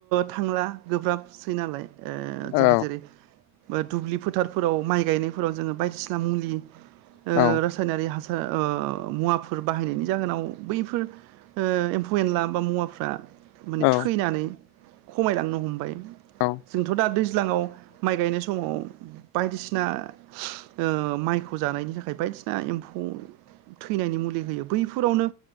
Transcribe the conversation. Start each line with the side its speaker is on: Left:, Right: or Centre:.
Right: थांला गोब्राबसै नालाय। ओ जोङो
Left: औ
Right: जेरै बो दुब्लि फोथारफोराव माइ गायनायफोराव जोङो बायदिसिना मुलि ओ
Left: औ
Right: रासायनारि हास ओ मुवाफोर बाहायनायनि जाहोनाव बैफोर एफ फौ एनला बा मुवाफ्रा माने
Left: औ
Right: थैनानै। खमायलांनो हमबाय
Left: औ
Right: जोंथ' दा दैज्लाङाव माइ गायनाय समाव बायदिसिना ओ माइखौ जानायनि थाखाय बायदिसिना एम्फौ थैनायनि मुलि होयो बैफोरावनो